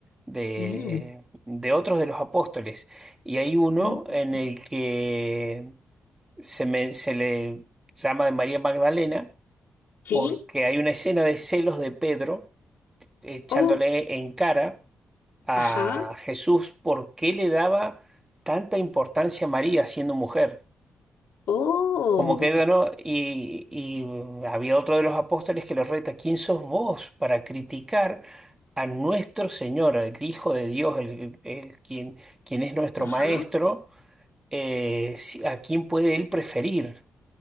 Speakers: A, on the right; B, on the left.
A: de,
B: mm,
A: de otros de los apóstoles. Y hay uno
B: mm,
A: en el que se, me- se le llama de María Magdalena
B: Sí.
A: porque hay una escena de celos de Pedro echándole
B: Oh.
A: en cara a
B: Ajá.
A: Jesús por qué le daba tanta importancia a María siendo mujer.
B: Oh,
A: Como que ella no, y, y había otro de los apóstoles que lo reta, ¿quién sos vos para criticar a nuestro Señor, el Hijo de Dios, el, el quien, quien es nuestro
B: ajá.
A: Maestro, eh, si- a quién puede él preferir?